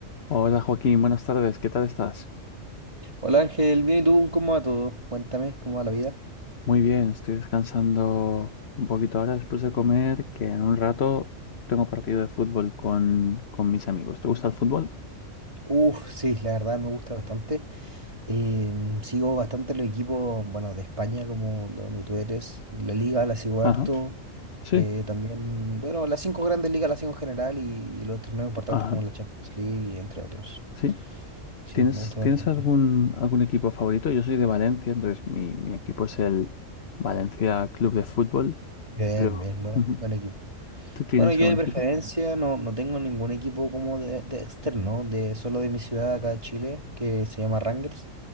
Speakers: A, on the left; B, on the right.
A: Hola Joaquín, buenas tardes, ¿qué tal estás?
B: Hola Ángel, bien y tú, ¿cómo va todo? Cuéntame, ¿cómo va la vida?
A: Muy bien, estoy descansando un poquito ahora después de comer, que en un rato tengo partido de fútbol con, con mis amigos. ¿Te gusta el fútbol?
B: Uf, sí, la verdad me gusta bastante. Em, sigo bastante los equipos, bueno, de España, como de donde tú eres. La Liga la sigo harto.
A: Ajá, sí,
B: Eh, también, bueno, las cinco grandes ligas las sigo en general y, y los torneos importantes
A: ajá,
B: como la Champions League y entre otros.
A: sí.
B: Sí,
A: ¿Tienes,
B: me gusta
A: tienes
B: bastante.
A: algún, algún equipo favorito? Yo soy de Valencia, entonces mi, mi equipo es el Valencia Club de Fútbol,
B: Bien,
A: pero
B: bien, buena-
A: ujú,
B: buen equipo.
A: ¿tú tienes
B: Bueno, yo
A: algún
B: de preferencia
A: equipo?
B: no, no tengo ningún equipo como de, de externo, de solo de mi ciudad acá de Chile, que se llama Rangers.